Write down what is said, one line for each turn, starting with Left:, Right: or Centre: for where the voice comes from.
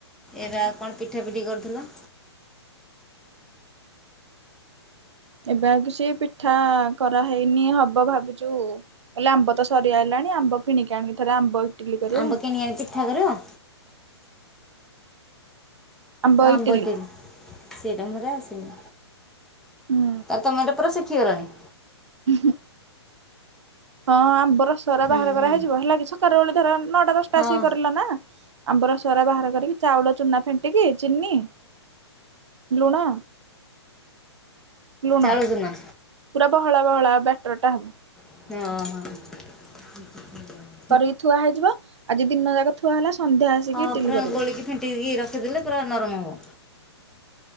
Centre: ଏବେ ଆଉ କଣ ପିଠାପିଠି କରୁଥିଲ?
Right: ଏବେ ଆଉ କିଛି ପିଠା କରାହେଇନି ହବ ଭାବୁଛୁ। କହିଲେ ଆମ୍ବ ତ ସରିଆ ଆଇଲାଣି ଆମ୍ବ କିଣିକି ଆଣିକି ଥରେ ଆମ୍ବ ଇଟିଲି କରିବା
Centre: ଅମ୍ବ କିଣିଆଣି ପିଠା କରିବ?
Right: ଆମ୍ବ
Centre: ଆମ୍ବଡିନ୍
Right: ଇଟିଲି
Centre: ସେଠା ମୋତେ ଆସେନି?
Right: ହୁଁ
Centre: ଆ ତମର ପୁରା ଶିଖିଗଲଣି।
Right: ଉହୁ। ହଁ ଆମ୍ବର ସରା
Centre: ହୁଁ
Right: ବାହାର କରା
Centre: ହୁଁ
Right: ହେଇଯିବ ହେଲା କିି ସକାଳ ବେଳେ ଧର ନଅଟା ଦଶଟା
Centre: ହଁ
Right: ଆସିକି କରିଲ ନା। ଆମ୍ବର ସାରା ବାହାର କରିକି ଚାଉଳ ଚୁନା ଫେଣ୍ଟ୍ ଣ୍ଟିକି ଚିନି, ଲୁଣ ଲୁଣ
Centre: ଚାଉଳ ଚୂନା।
Right: ପୁରା ବହଳା ବହଳା ବେଟରଟା ହବ।
Centre: ହଁ ହଁ।
Right: କରିକି ଥୁଆ ହେଇଯିବ ଆଜି ଦିନ ଯାକ ଥୁଆ ହେଲା ସନ୍ଧ୍ୟା ଆସିକି
Centre: ହଁ
Right: ଇଟିଲି
Centre: ପୁରା
Right: କରିବ
Centre: ଗୋଳିକି ଫେଣ୍ଟିକି ରଖିଦେଲେ ପୁରା ନରମ ହବ।